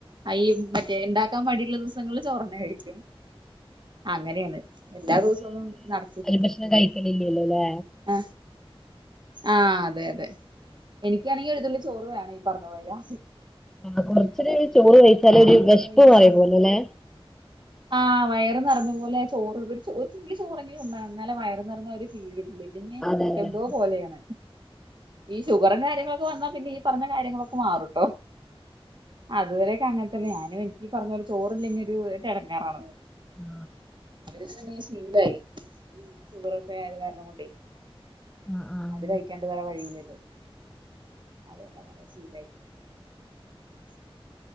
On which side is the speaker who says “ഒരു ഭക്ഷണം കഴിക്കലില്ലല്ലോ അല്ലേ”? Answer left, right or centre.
Centre